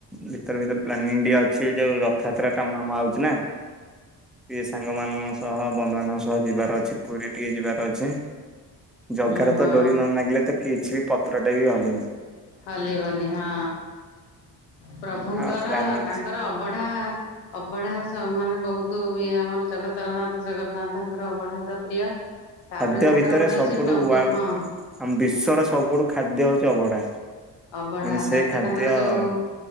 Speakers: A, in the centre; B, on the left.
A: ଭିତରେ ଭିତରେ ପ୍ଲାନିଂ ବି ଅ ଅଛି ଯୋଉ ରଥଯାତ୍ରା କାମ ଆମ ଆଉଛି ନା।
B: ହଁ
A: ଟିକେ ସାଙ୍ଗ ମାନଙ୍କ ସହ ବନ୍ଧୁମାନାନଙ୍କ ସହ ଯିବାର ଅଛି ପୁରୀରେ ଟିକେ ଯିବାର ଅଛି। ଜଗାରେ
B: ଓହୋ
A: ତ ଡୋରି ନ ମାଗିଲେ ତ କିଛି ବି ପତ୍ରଟା ବି ହେଲେନି।
B: ହଲିିବନି ହଁ। ପ୍ରଭୁଙ୍କର
A: ଆଉ ପ୍ଲାନିଂ
B: ତାଙ୍କର ଅବଢା ଅବଢା ମାନେ ବହୁତ ଇଏ ଆମର ଜଗତରନାଥ ଜଗନ୍ନାଥଙ୍କର ଅବଢା ତ ପ୍ରିୟ। ତାପରେ
A: ଖାଦ୍ୟ
B: ତାଙ୍କର
A: ଭିତରେ
B: ଗୋଟେ
A: ସବୁଠୁ
B: ଅଛି ଟଙ୍କ
A: ୱ
B: ହଁ
A: ଆମ ବିଶ୍ଵର ସବୁଠୁ ଖାଦ୍ୟ ହଉଛି ଅବଢା।
B: ଅବଢା
A: ମାନେ ସେ
B: ତାପରେ
A: ଖାଦ୍ୟ
B: ତାଙ୍କର ଯୋଉ